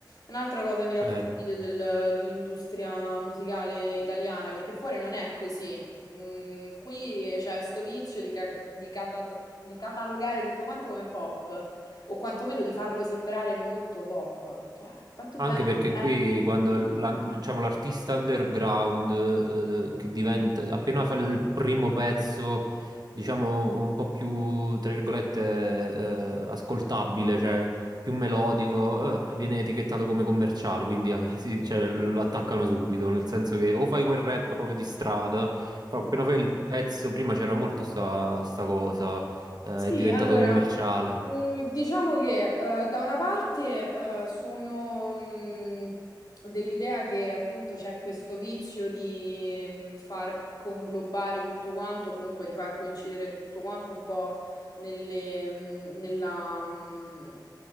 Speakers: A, on the left (about 55°); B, on the right (about 60°).
A: Un'altra cosa che mi dà
B: Vero.
A: fastidio del- dell'industria musicale italiana, perché fuori non è così. Mm, qui c'è sto vizio di, ca- di cata- di catalogare tutto quanto come pop, o quantomeno di farlo sembrare molto pop. Cioè, tanto
B: Anche
A: bello.
B: perché
A: Eh.
B: qui quando la- diciamo, l'artista underground eh, eh, che diventa appena fa il primo pezzo, diciamo un po' più tra virgolette eh, ascoltabile, cioè più melodico, eh, viene etichettato come commerciale, quindi eh, sì, cioè, lo attaccano subito, nel senso che o fai quel rap proprio di strada, però
A: Mm.
B: appena fai il pezzo, prima c'era molto sta, sta cosa, eh,
A: Sì,
B: è diventato
A: allora,
B: commerciale.
A: mm, diciamo che eh, da una parte eh, sono mm, dell'idea che appunto c'è questo vizio di mm, far conglobare tutto quanto, o comunque di far coincidere tutto quanto un po' nelle, mm, nella, mm,